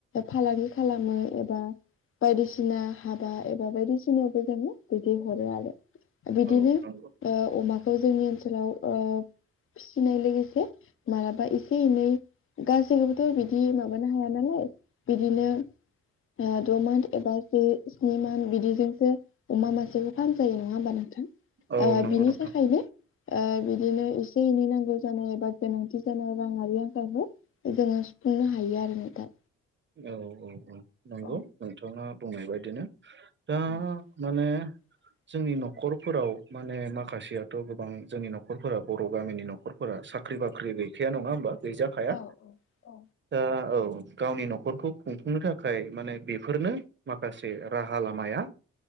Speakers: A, on the left; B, on the right.
A: फालांगि खालामो एबा बायदिसिना हाबा एबा बायदिसिनायावबो जोङो दैथाय हरो आरो बिदिनो
B: औ
A: ओ
B: नंगौ
A: अमाखौ जोंनि ओनसोलाव ओ सिनाय लोगोसे मालाबा एसे - एनै गासैखौबोथ' बिदि माबानो हाया नालाय बिदिनो द' मान्थ एबा जि स्नि मान्थ बिदिजोंसो अमा मासेबो फाहाम जायो नङा होमबा नोंथां
B: औ
A: ओ
B: नंगौ
A: बिनि
B: नोंथां
A: थाखायनो ओ बिदिनो एसे एनै नांगौ जानाय एबा गोनांथि जानाय राङारि आंखालखौ जोङो सुफुंनो हायो आरो नोंथां
B: औ- औ नंगौ
A: औ
B: नोंथाङा बुंनाय बायदिनो दा
A: औ
B: माने
A: <inaudible>
B: जोंनि न'खरफोराव माने माखासेयाथ' गोबां जोंनि न'खरफोरा बर' गामिनि न'खरफोरा साखा साख्रि बाख्रि गैखाया नङा होमबा गैजाखाया
A: औ औ
B: दा औ गावनि न'खर न'खरखौ खुंफुंनो थाखाय माने बेफोरनो माखासे राहा लामाया